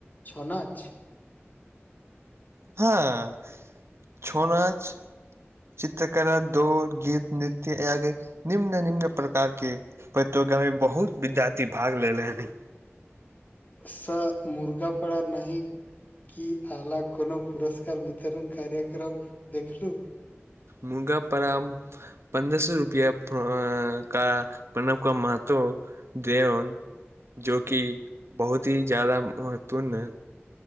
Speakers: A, on the left; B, on the right.
A: छनछ
B: हँ छो नछ चित्रकला दौड़ गीत नृत्य आदि निम्न निम्न प्रकार के प्रतियोगा में बहुत विद्यार्थी भाग लेले हनि
A: सक मुद्दा पड़ा नहि की आला कोनो पुरस्कार वितरण कार्यक्रम देखलु
B: मुंगा पराम पन्द्रह सए रुपैया प्रऽ का प्रणव का महत्व देऔन जो कि बहुत ही जायदा महत्वपूर्ण